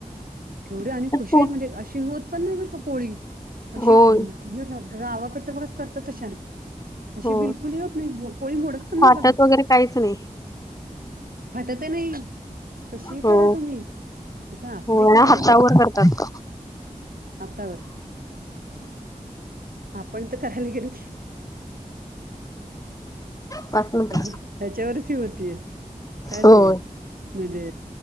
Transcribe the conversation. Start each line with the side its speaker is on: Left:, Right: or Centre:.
Right: केवढे आणि
Left: तर
Right: कशी
Left: तो
Right: म्हणजे अशी होत पण नाही मर का पोळी अशी
Left: होय
Right: गावाकडच्या पण करतात तश्या अशी
Left: हो.
Right: बिलकुलही होत नाही पोळी मोडत पण नाही
Left: फाटत
Right: बघा
Left: वगैरे काहीच नाही.
Right: फटत नाही कशी
Left: हो.
Right: करा तुम्ही इथ आपली
Left: हो
Right: करायला
Left: आणि हातावर
Right: गेल
Left: करतात
Right: हातावर आपण तर करायला गेल की
Left: पाच मिनिट
Right: अ त्याच्यावरच ही होतीय काय
Left: होय.
Right: ते म्हणजे